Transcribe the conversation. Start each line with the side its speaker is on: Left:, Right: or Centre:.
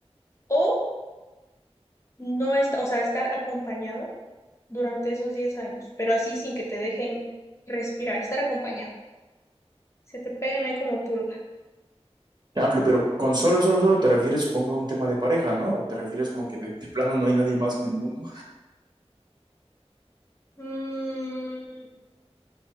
Left: o no estar, o sea, estar acompañado durante esos 10 años, pero así sin que te dejen respirar, estar acompañado. Se te pegan ahí como pulga.
Right: Amplio, pero con solo, solo, solo te refieres, supongo, a un tema de pareja, ¿no? O te refieres como que de, de plano no hay nadie más en el mundo.
Left: Mm,